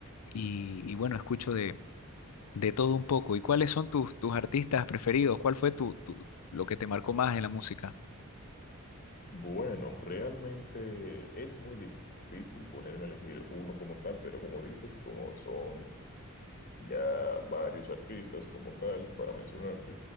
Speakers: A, on the left; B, on the left.
A: y, y bueno, escucho de, de todo un poco. ¿Y cuáles son tus, tus artistas preferidos? ¿Cuál fue tu, tu- lo que te marcó más de la música?
B: Bueno, realmente es muy difícil ponerme a elegir uno como tal, pero como dices, como son ya varios artistas como tal, para mencionarte.